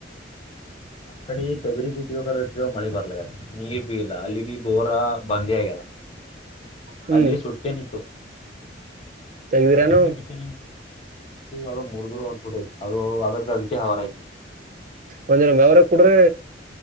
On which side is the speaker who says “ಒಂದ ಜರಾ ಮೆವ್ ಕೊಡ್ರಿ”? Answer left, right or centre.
Right